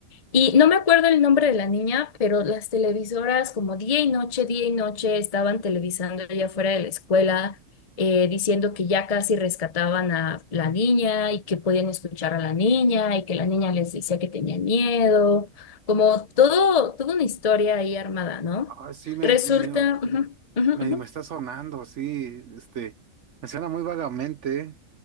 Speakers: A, on the left (about 35°); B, on the right (about 60°).
A: Y no me acuerdo el nombre de la niña, pero las televisoras como día y noche, día y noche estaban televisando allá afuera de la escuela, eh, diciendo que ya casi rescataban a la niña y que podían escuchar a la niña y que la niña les decía que tenía miedo, como todo, toda una historia ahí armada, ¿no?
B: Ah, sí, me,
A: Resulta,
B: medio,
A: ujú, ujú,
B: medio
A: ujú.
B: me está sonando, sí, este, me suena muy vagamente. ¿eh?